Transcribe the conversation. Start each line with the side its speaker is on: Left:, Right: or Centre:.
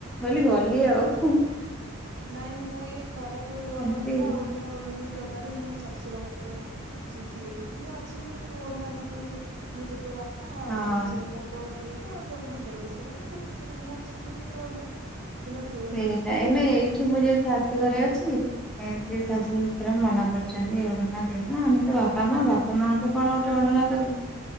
Centre: କଇଲି
Right: ହଁ।
Centre: ଗଲି ଆଉ।
Right: ନାଇଁ ମୁଁ ଏଇ ଖରା ଯୋଉ ଗରମ
Centre: ଏମତି
Right: ହେଲା ଓଢଣା ଓଢଣି ଦବାରେ ମୋ ଶଶୁର ମତେ ଚିଡିବେ କିଇଏ ଅଛି ଯେ ତୁ ଓଢଣା ଟା ଦୋଉଚୁ ମୁଁ ତ ତୋ ବାପା ଆଉ
Centre: ହଁ
Right: ସେ ତ ତୋ ଦିଅର ତୋର କଣ ଦେଢଶୁର ନା କେତେଶୁର ମାନେ ଅଛିନ୍ତି ଯେ ତୁ ଓଢଣା ଦୋଉ ତୁ ହେରା ଦେନି
Centre: ସେଇଟା
Right: ମୁଁ
Centre: ଏଇନେ
Right: ଦେଇକି
Centre: ଏଇଠି ମୁଁ ଯୋଉ ଶାଶୁ ଘରେ ଅଛି
Right: ହୁଁ
Centre: ସେ ଶାଶୁ ଶଶୁର ମନା କରୁଚନ୍ତି ଓଡଣା ଦେନା ଆମେ ତୋ ବାପା ମା ବାପା ମାଙ୍କୁ
Right: ହଁ ପା
Centre: କଣ ଗୋଟେ ଓଡଣା ଦୋବୁ।